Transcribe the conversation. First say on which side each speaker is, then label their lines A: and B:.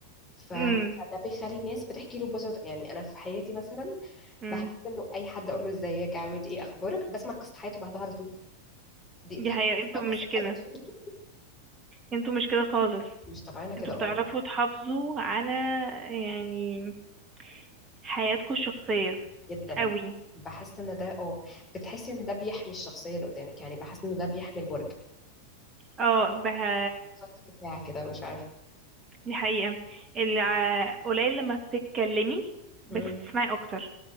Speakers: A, on the left (about 20°); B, on the right (about 25°).
A: ف... فده
B: امم
A: بيخلي الناس بتحكي له ببساطة يعني أنا في حياتي مثلا
B: امم
A: بحس إنه أي حد أقول له إزيك عامل إيه أخبارك بسمع قصة حياته بعدها على طول دقيقتين
B: دي حقيقه
A: بسمع
B: انتوا
A: قصة
B: مش كده
A: حياته <laughs>
B: انتوا مش كده خالص
A: مش طبيعية كده
B: انتوا
A: اه
B: بتعرفوا تحافظوا على يعني حياتكم الشخصيه
A: جدا
B: قوي
A: بحس إن ده اه بتحسي إن ده بيحمي الشخصية اللي قدامك يعني بحس إنه ده بيحمي البرج
B: اه بها
A: خط دفاع كده مش عارفة
B: دي حقيقه الع... قليل لما بتتكلمي بس
A: مم.
B: بتسمعي اكتر